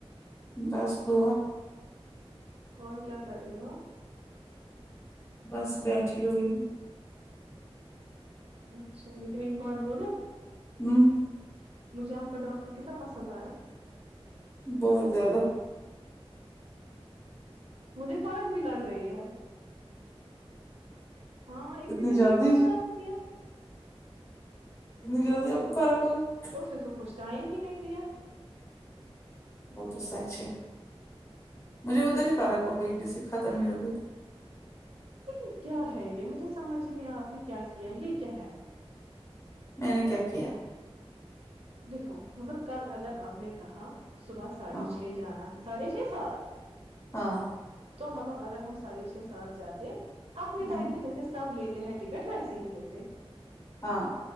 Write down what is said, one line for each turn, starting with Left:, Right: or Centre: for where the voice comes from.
Left: بس گا
Right: اور کیا کر رہی ہو
Left: بس بیٹھی ہوئی
Right: اچھا لیکن ایک بات بولو
Left: ہوں
Right: مجھے آپ کا ڈاکٹر کتنا پسند آیا
Left: بہت زیادہ
Right: مجھے فرق بھی لگ رہی ہے ہاں
Left: اتنی جلدی
Right: اسے علاج کیا
Left: جلدی
Right: اس نے
Left: آپ کو
Right: تو
Left: فرق ہوگی
Right: اس نے تو کچھ ٹائم ہی نہیں دیا
Left: وہ تو سچ ہے مجھے ادھر ہی فرق ہو گئی ج سے ختم ہی ہو گئی
Right: لیکن کیا ہے یہ مجھے سمجھ ہی نہیں آ آپ نے کیا کیا یہ کیا ہے
Left: میں نے کیا کیا
Right: دیکھو مطلب کل اگر آپ نے کہا صبح ساڑھے
Left: ہاں
Right: چھ جانا ہے ساڑھے چھ سات
Left: ہاں
Right: تو مطلب اگر ہم ساڑھے چھ سات جاتے اپنے
Left: ہوں،
Right: ٹائم پہ جیسے سب لیتے ہیں ٹکٹ ویسے ہی لیتے
Left: ہاں